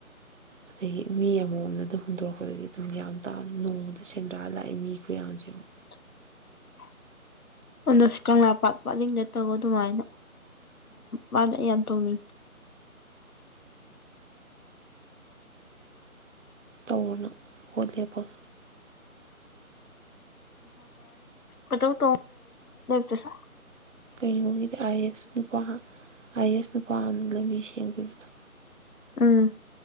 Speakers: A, on the right; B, on the left.
A: ꯑꯗꯒꯤ ꯃꯤ ꯑꯃꯃꯝꯅ ꯑꯗꯨꯝ ꯍꯨꯟꯗꯣꯔꯛꯄꯗꯗꯤ ꯑꯗꯨꯝ ꯌꯥꯝ ꯇ ꯅꯣꯡꯃꯗ ꯁꯦꯟꯗ꯭ꯔꯥ ꯂꯥꯛꯑꯦ ꯃꯤ ꯀꯌꯥꯝꯁꯨꯦ ꯑꯃꯨ
B: <inaudible> ꯑꯗꯁꯨ ꯀꯪꯂꯥ ꯄꯥꯠ ꯄꯥꯠꯂꯤꯡꯗ ꯇꯒꯣ ꯑꯗꯨꯃꯥꯏꯅ ꯃꯥ ꯌꯥꯟ ꯇꯣꯃꯤꯅꯤ
A: ꯇꯧꯅ ꯜꯂꯤꯕꯣꯜ
B: ꯀ ꯇꯉꯣ ꯇꯁ
A: ꯀꯩꯅꯣꯒꯤꯗꯤ ꯑꯥꯏ ꯑꯦꯁ ꯅꯨꯄꯥ ꯑꯥꯏ ꯑꯦꯁ ꯅꯨꯄꯥꯅ ꯂꯝꯕꯤ ꯁꯦꯝꯈꯤꯕꯗꯣ
B: ꯎꯝ